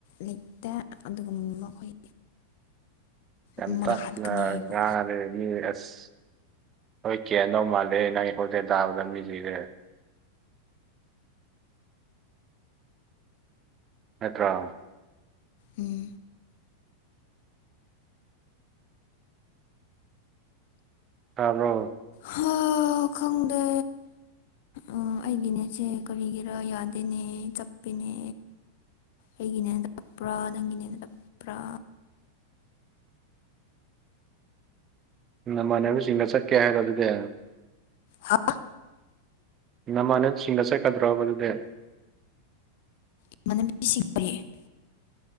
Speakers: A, on the left (about 50°); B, on the right (about 30°).
A: ꯂꯩꯇ ꯑꯗꯨꯒꯨꯝ ꯑꯩꯈꯣꯏ
B: ꯌꯥꯝ
A: ꯃꯣꯏꯅ
B: ꯇꯞꯅ
A: ꯍꯥꯠꯀꯅꯤ ꯑꯩꯕꯨ
B: ꯉꯥꯡꯉꯗꯤ ꯃꯤ ꯑꯁ ꯍꯣꯏ ꯀꯦꯟꯗꯧ ꯃꯥꯜꯂꯦ ꯅꯪꯒꯤ ꯈꯣꯟꯖꯦꯜ ꯇꯥꯕ ꯃꯤꯁꯤꯡꯁꯦ ꯅꯠꯇ꯭ꯔꯣ
A: ꯎꯝ
B: ꯇꯥꯕ꯭ꯔꯣ
A: ꯍꯥꯎ ꯈꯪꯗꯦ ꯑ ꯑꯩꯒꯤꯅꯦ ꯆꯦ ꯀꯔꯤꯒꯤꯔ ꯌꯥꯗꯦꯅꯦ ꯆꯞꯄꯦꯅꯦ ꯑꯩꯒꯤꯅꯦꯟ ꯇꯞꯄ꯭ꯔꯥ ꯅꯪꯒꯤꯅꯦꯟ ꯇꯞꯄ꯭ꯔꯥ
B: ꯅꯃꯥꯟꯅꯕꯤꯁꯤꯡꯗ ꯆꯠꯀꯦ ꯍꯥꯏꯔꯣ ꯑꯗꯨꯗꯤ
A: ꯍꯥ
B: ꯅꯃꯥꯟꯅꯁꯤꯡꯗ ꯆꯠꯀꯗ꯭ꯔꯣꯕ ꯑꯗꯨꯗꯤ
A: <unintelligible>